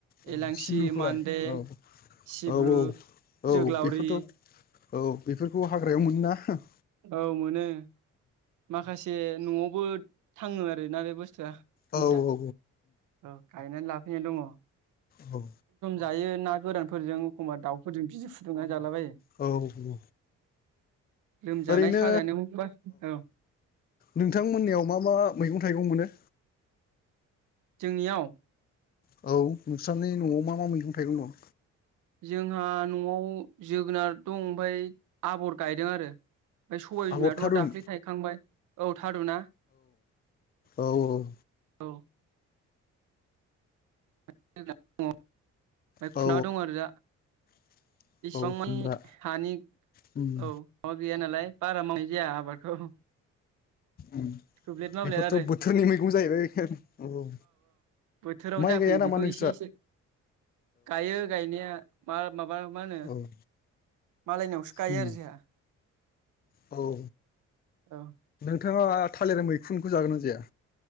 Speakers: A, on the left; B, on the right.
A: औ
B: एलांसि
A: सिब्रुखौलाय
B: मान्दे
A: औ औ
B: सिब्रु
A: औ । औ
B: जोग्लावरि
A: बेफोरथ' औ बेफोरखौ हाग्रायाव मोनो ना ।
B: औ मोनो। माखासे न'आवबो थाङो आरोना बेबोस युवा दिन्थिया
A: औ औ
B: औ गायनानै लाफैनाय दङ' ।
A: औ।
B: जायो ना गोरानफोरजों एखमबा दाउफोरजों बिजि फुदुंनानै जालाबायो ।
A: औ औ
B: लोमजानाय
A: ओरैनो
B: साजानायावबा औ।
A: नोंथांमोननियाव मा मा मैगं थाइगं मोनो?
B: जोंनियाव?
A: औ नोंस्रानि न'आव मा मा मैगं थाइगं दं
B: जोंहा न'आव जोगोनार दं ओमफ्राय आबर गायदों आरो । ओमफ्राय सबाय
A: आगर
B: बिमायाथ'
A: थारुन
B: दाख्लै थायखांबाय औ थारुना
A: औ औ
B: औ <unintelligible>
A: औ
B: खुना दं ओरैजा,
A: <unintelligible>
B: बेसेबां मोन,
A: खुमब्रा
B: हानि
A: उम
B: औ मा गैया नालाय बारा मावनाय जाया आबादखौ,
A: ओम
B: थोब्लेद माब्लेद
A: बेफोरथ'
B: आरो
A: बोथोरनि मैगं जाहैबाय औ
B: बोथोराव
A: माइ
B: जाफैयो
A: गया नामा नों
B: <unintelligible> गायो गायनाया मा माबा मा होनो,
A: औ
B: मालायनावसो गायो
A: उम
B: आरो जोंहा,
A: औ
B: औ
A: नोंथाङा थालिर मैखुनखौ जागोन ना जाया?